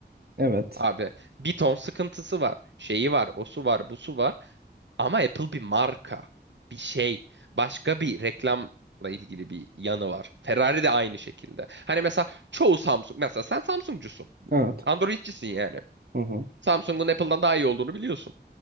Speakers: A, on the right; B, on the right.
A: Evet.
B: abi bir ton sıkıntısı var. Şeyi var, o su var, bu su var. Ama Apple bir marka, bir şey, başka bir reklamla ilgili bir yanı var. Ferrari de aynı şekilde. Hani mesela çoğu Samsung, mesela sen Samsungcusun.
A: Evet.
B: Androidcisin yani.
A: Hı hı.
B: Samsung'un Apple'dan daha iyi olduğunu biliyorsun.